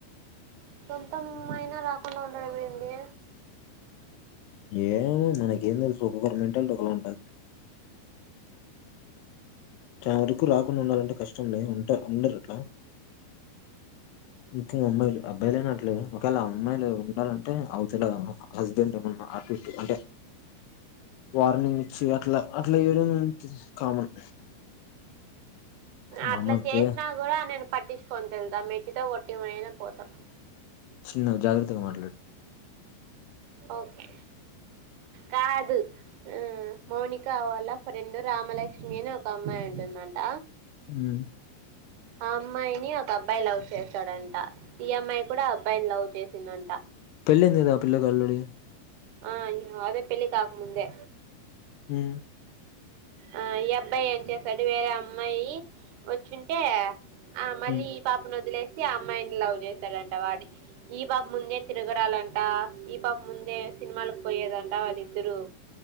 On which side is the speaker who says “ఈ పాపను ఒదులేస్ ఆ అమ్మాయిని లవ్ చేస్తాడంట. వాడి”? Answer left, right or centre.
Right